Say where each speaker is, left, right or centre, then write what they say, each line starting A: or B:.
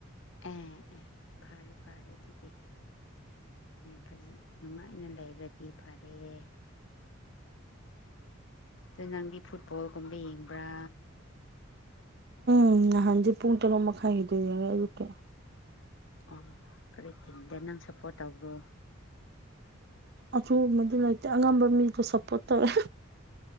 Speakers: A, on the left; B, on the right.
A: ꯑꯦ ꯑꯦ ꯐꯔꯦ ꯐꯔꯦ ꯑꯗꯨꯗꯤ ꯐꯖ ꯅꯨꯡꯉꯥꯏꯅ ꯂꯩꯔꯗꯤ ꯐꯔꯑꯦ ꯑꯗ ꯅꯪꯒꯤ ꯐꯨꯠꯕꯣꯜꯒꯨꯝꯕ ꯌꯦꯡꯕ꯭ꯔꯥ
B: ꯎꯝ ꯅꯍꯥꯟꯁꯦ ꯄꯨꯡ ꯇꯔꯨꯛ ꯃꯈꯥꯏꯒꯤꯗꯣ ꯑꯗꯨ ꯌꯦꯏ ꯑꯌꯨꯛ ꯀꯤ
A: ꯑꯣ ꯀꯔꯤ ꯇꯤꯝꯗꯦ ꯅꯪ ꯁꯞꯄꯣꯔꯠ ꯇꯧꯕ꯭ꯔꯣ
B: ꯑꯊꯨꯕꯗꯤ ꯂꯩꯇꯦ ꯑꯉꯝꯕ ꯃꯤꯗꯣ ꯁꯞꯄꯣꯔꯠ ꯇꯧꯋꯦ